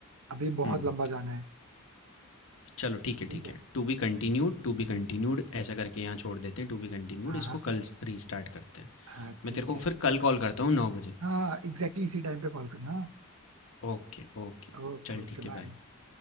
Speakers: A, on the right; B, on the left.
A: अभी बहुत
B: हुँ।
A: लंबा जाना है
B: चलो ठीक है
A: ठीक
B: ठीक
A: है
B: है to be continued to be continued ऐसा करके यहाँ छोड़ देते हैं टू बी कंटिन्यूड
A: हाँ
B: इसको कल रीस्टार्ट करते हैं
A: हाँ
B: मैं
A: ठीक
B: तेरे को
A: है
B: फिर कल कॉल करता हूँ नौ बजे
A: हाँ एग्जैक्टली इसी टाइम पे कॉल करना
B: Okay okay
A: Okay
B: चल
A: okay
B: ठीक है
A: bye
B: बाय